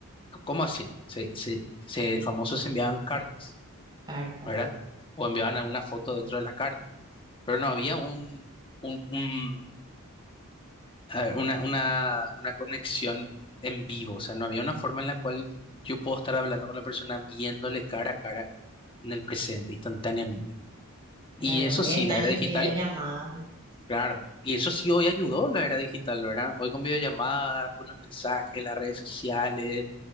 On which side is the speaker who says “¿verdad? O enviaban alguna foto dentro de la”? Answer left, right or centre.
Left